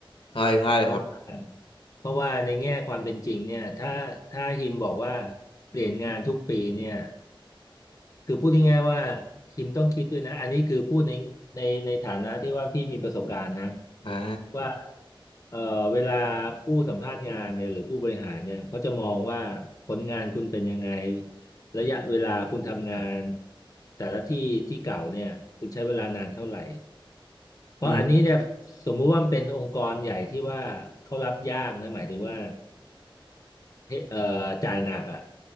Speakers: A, on the left; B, on the left.
A: ใช่ใช่ครับ
B: เพราะว่าเพราะว่าในแง่ความเป็นจริงเนี่ยถ้าถ้าฮิมบอกว่าเปลี่ยนงานทุกปีเนี่ยคือพูดง่ายๆว่าฮิมต้องคิดด้วยนะอันนี้คือพูดในในในฐานะที่ว่าพี่มีประสบการณ์นะ
A: อ่า
B: ว่าเอ่อเวลาผู้สัมภาษณ์งานเนี่ยหรือผู้บริหารเนี่ยเขาจะมองว่าผลงานคุณเป็นยังไงระยะเวลาคุณทำงานแต่ละที่ที่เก่าเนี่ยคุณใช้เวลานานเท่าไหร่เพราะอันนี้เนี่ยสมมุติว่ามันเป็นองค์กรใหญ่ที่ว่าเขารับยากนะหมายถึงว่า
A: อืม
B: เอ่อจ่ายหนักอ่ะ